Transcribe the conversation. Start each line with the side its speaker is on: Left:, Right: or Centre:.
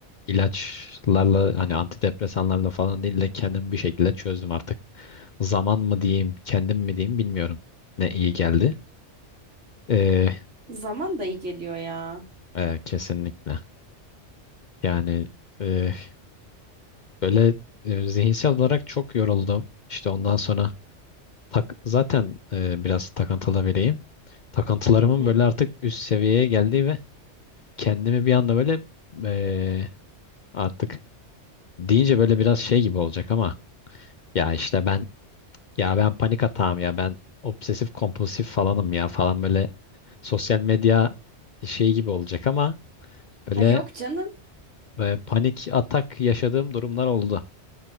Left: ilaçlarla hani antidepresanlarla falan değil de kendim bir şekilde çözdüm artık. zaman mı diyeyim, kendim mi diyeyim bilmiyorum. Ne iyi geldi. Ee,
Right: zaman da iyi geliyor ya.
Left: e, kesinlikle. Yani e, böyle e, zihinsel olarak çok yoruldum. İşte ondan sonra tak, zaten e, biraz takıntılı biriyim. Takıntılarımın
Right: <laughs>
Left: böyle artık üst seviyeye geldiği ve kendimi bir anda böyle e, artık deyince böyle biraz şey gibi olacak ama ya işte ben ya ben panik atağım ya ben obsesif kompulsif falanım ya falan böyle sosyal medya şey gibi olacak ama böyle
Right: Ha yok canım.
Left: Ve panik atak yaşadığım durumlar oldu.